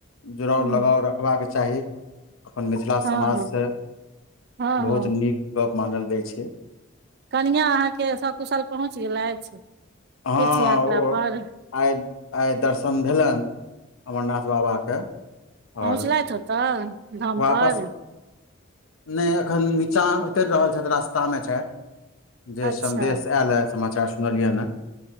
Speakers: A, on the left; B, on the right.
A: जुड़ाव
B: हूँ,
A: लगाव रखबाक चाही अपन मिथिला
B: हँ
A: समाजसँ
B: हँ हँ
A: बहुत
B: हँ
A: नीक गप्प मानल जाइत छै
B: कनिआ अहाँके सभकुशल पहुँच गेलथि तीर्थ
A: अहाँ
B: यात्रा
A: ओ
B: पर
A: आइ आइ दर्शन भेलनि अमरनाथ बाबाके
B: पहुँचलथि
A: आओर
B: ओतऽ धाम
A: वापस
B: पर
A: नहि एखन नीचाँ उतरि रहल छथि रास्तामे छथि जे
B: अच्छा
A: सन्देश आयल ह समाचार सुनलियै ह